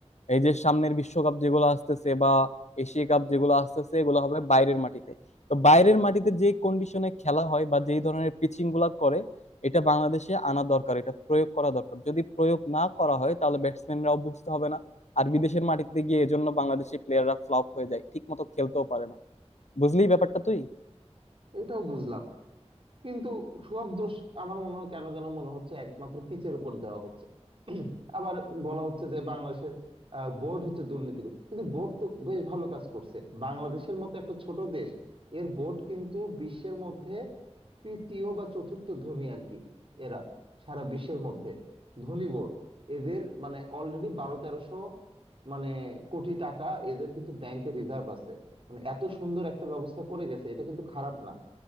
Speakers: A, on the left; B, on the right.
A: এই যে সামনের বিশ্বকাপ যেগুলো আসতেছে বা এশিয়া কাপ যেগুলো আসতেছে এগুলো হবে বাইরের মাটিতে তো বাইরের মাটিতে যে কন্ডিশনে খেলা হয় বা যেই ধরনের পিচিং গুলা করে এটা বাংলাদেশে আনা দরকার এটা প্রয়োগ করা দরকার যদি প্রয়োগ না করা হয় তাহলে ব্যাটসম্যানরাও বুঝতে হবে না আর বিদেশের মাটিতে গিয়ে এজন্য বাংলাদেশি প্লেয়াররা ফ্লপ হয়ে যায় ঠিক মতো খেলতেও পারে না বুঝলি ব্যাপারটা তুই
B: এটাও বুঝলাম কিন্তু সব দোষ আমার মনে হয় কেন যেন মনে হচ্ছে একমাত্র পিচের উপর দেওয়া হচ্ছে আবার বলা হচ্ছে যে বাংলাদেশের বোর্ড হচ্ছে দুর্নীতি কিন্তু বোর্ড তো বেশ ভালো কাজ করছে বাংলাদেশের মতো একটা ছোট দেশ এর বোর্ড কিন্তু বিশ্বের মধ্যে তৃতীয় বা চতুর্থ ধনী আর কি এরা সারা বিশ্বের মধ্যে ধনী বোর্ড এদের মানে অলরেডি বারো তেরোশো মানে কোটি টাকা এদের কিন্তু ব্যাংকে রিজার্ভ আছে মানে এত সুন্দর একটা ব্যবস্থা করে গেছে এটা কিন্তু খারাপ না